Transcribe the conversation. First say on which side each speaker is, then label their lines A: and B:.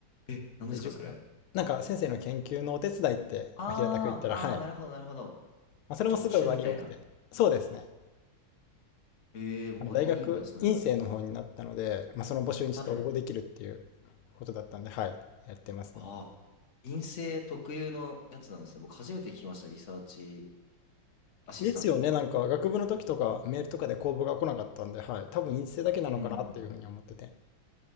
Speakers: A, on the left; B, on the left.
A: え、何ですかそれ。
B: で、塾はなんか先生の研究のお手伝いって、
A: ああ、
B: まあ、平たく言ったら、
A: ああ、
B: はい。
A: なるほど、なるほど。
B: まあ、それもすごい割り良くて。
A: 助手みたいな。
B: そうですね。
A: ええ、割いいんだ、
B: あの大学院生の方になったので、
A: それも。
B: まあ、その募集にちょっと応募できるっていう
A: はい。
B: ことだったんで、はい。やってますね。
A: ああ、陰性特有のやつなんですね。僕初めて聞きました、リサーチアシスタント。
B: ですよね。なんか学部の時とかメールとかで公募が来なかったんで、はい。多分院生だけなのかなっていうふうに思ってて。
A: うん。